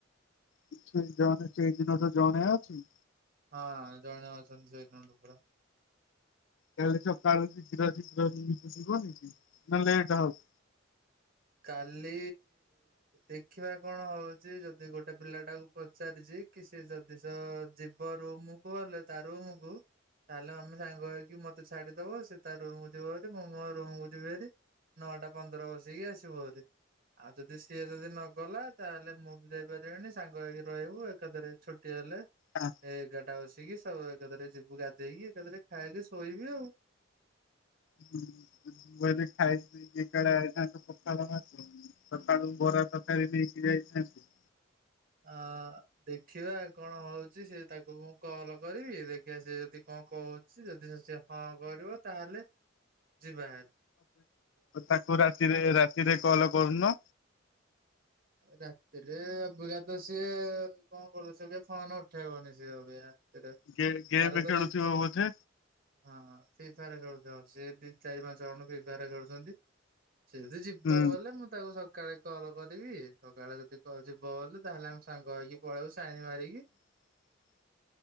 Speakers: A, on the left (about 70°); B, on the right (about 50°).
A: କି ସେ ଜଣେ ସେଇ ଦିନ ଠୁ ଜଣେ ଅଛି।
B: ହଁ ଜଣେ ଅଛନ୍ତି ସେଇ ଦିନ ଠୁ ପୁରା।
A: କାଲି ସକାଳୁ ଶୀଘ୍ର ଶୀଘ୍ର ଯି ଯିବ ନି କି ନାଁ ଲେଟ୍ ହଉ।
B: କାଲି ଦେଖିବା କଣ ହଉଛି ଯଦି ଗୋଟେ ପିଲାଟାକୁ ପଚାରିଛି କି ସେ ଯଦି ଜ ଯିବ ରୁମକୁ ହେଲେ ତାରୁମ କୁ ତାହେଲେ ଆମେ ସାଙ୍ଗ ହେଇକି ମତେ ଛାଡିଦବ ସେ ତା ରୁମ କୁୁ ଯିବ ଯୋଦି ମୁଁ ମୋ ରୁମକୁୁ ଯିବି ଭାରି। ନଅଟା ପନ୍ଦର ବସିକି ଆସିବ ଆହୁରି। ଆଉ ଯଦି ସିଏ ଯଦି ନଗଲା ତାହେଲେ ମୁଁ ବି ଯାଇପାରିବିନି ସାଙ୍ଗ ହେଇକି ରହିବୁ ଏକାଥରେ ଛୁ ଟି ହେଲେ
A: ହଁ।
B: ଏଗାରଟା ବସିକି ସବୁ ଏକାଥରେ ଯିବୁ ଗାଧେଇକି ଏକାଥରେ ଖାଇକି ଶୋଇବି ଆଉ।
A: ହୁଁ। ଖାଇ କି <unintelligible> ପଖାଳ ଭାତ। ସକାଳୁ ବରା ତରକାରୀ ନେଇକି ଯାଇଥାନ୍ତି।
B: ଆ ଦେଖିବା କଣ ହଉଛି ସେ ତାକୁ ମୁଁ କଲ କରିବି ଦେଖିବା ସିଏ ଯଦି କଣ କହୁଛି ଯଦି ସେ ହଁ କରିବ ତାହେଲେ ଯିବା ବାହାରି।
A: ତାକୁ ରାତିରେ ରାତିରେ କଲ କରୁନ?
B: ରାତିରେ ଅଭିକାତ ସିଏ କଣ କରୁ ସେ ବି ଆଉ ଫୋନ ଉଠେଇବନି ସିଏ ଅବିକ ସେଟା
A: ଗେ ଗେମ୍
B: ତାର
A: ଖେଳୁଥିବ
B: ତରି
A: ବୋଧେ
B: ହଁ ଫ୍ରିଫାଇଆର ଖେଳୁଛ ସିଏ ଦି ଚାରି ପାଞ୍ଚ ଜଣ ଫ୍ରିଫାଇଆର ଖେଳୁଛନ୍ତି। ସିଏ ଯଦି ଯିବ
A: ହୁଁ
B: ଗଲେ ମୁଁ ତାକୁ ସକାଳେ କଲ କରିବି ସକାଳେ ଯଦି ଯିବ ତାହେଲେ ଆମେ ସାଙ୍ଗ ହେଇକି ପଳେଇବୁ ସାଇନୀ ମାରିକି
A: <inaudible>